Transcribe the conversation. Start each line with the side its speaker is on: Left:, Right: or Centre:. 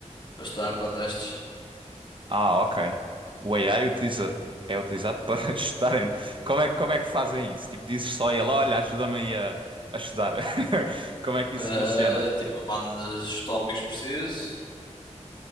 Left: para estudar para testes.
Right: Ah, ok. O AI utiliza, é utilizado para <laughs> estudar. Como é, como é que fazem isso? Tipo, dizes só a ele, olha, ajuda-me aí a, a estudar. <laughs> Como é que isso
Left: Eh,
Right: funciona?
Left: tipo, mando-lhes os tópicos precisos,